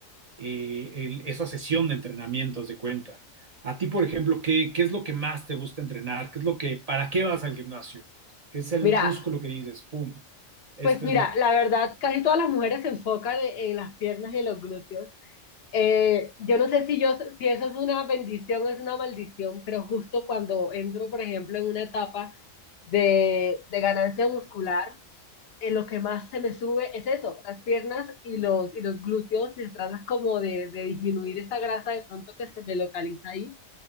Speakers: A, on the right (about 35°); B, on the left (about 60°).
A: eh, el- esa sesión de entrenamiento, haz de cuenta. A ti, por ejemplo, ¿qué, qué es lo que más te gusta entrenar? ¿Qué es lo que, para qué vas al gimnasio? ¿Qué es el
B: Mira,
A: músculo que dices, pum, este
B: Pues mira,
A: es lo...
B: la verdad, casi todas las mujeres se enfocan en, en las piernas y en los glúteos. Eh, yo no sé si yo, si eso es una bendición o es una maldición, pero justo cuando entro, por ejemplo, en una etapa de, de ganancia muscular, eh, lo que más se me sube es eso, las piernas y los, y los glúteos, se trata como de, de disminuir esa grasa de pronto que se me localiza ahí,